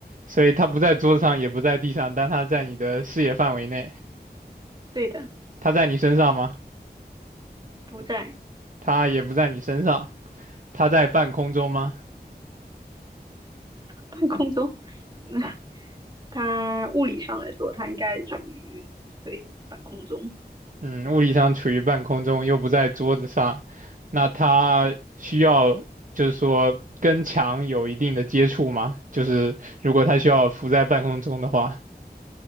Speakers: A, on the right; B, on the right.
A: 所以它不在桌子上，也不在地上，但它在你的视野范围内。
B: 对的，
A: 它在你身上吗？
B: 不在
A: 它也不在你身上。它在半空中吗？
B: 半空中。<laughs> 那它物理上来说，它应该处于对半空中。
A: 嗯，物理上处于半空中，又不在桌子上，那它需要就是说跟墙有一定的接触吗？就是如果它需要浮在半空中的话，